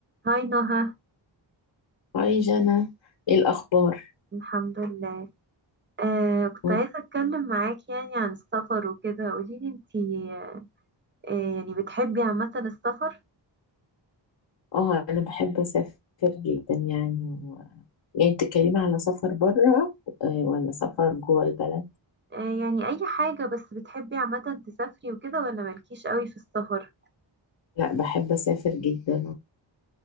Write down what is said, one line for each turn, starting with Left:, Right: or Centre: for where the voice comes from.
Right: هاي نهى
Left: هاي جنى ايه الاخبار
Right: الحمد لله آه كنت
Left: مم.
Right: عايزة أتكلم معاك يعني عن السفر وكده قوليلي انتي آه يعني بتحبي عامة السفر
Left: اه انا بحب اسافر جدا يعني و... يعني بتتكلمي على سفر بره ولا سفر جوه البلد
Right: آه يعني أي حاجة بس بتحبي عامة تسافري وكده ولا مالكيش قوي في السفر
Left: لا بحب اسافر جدا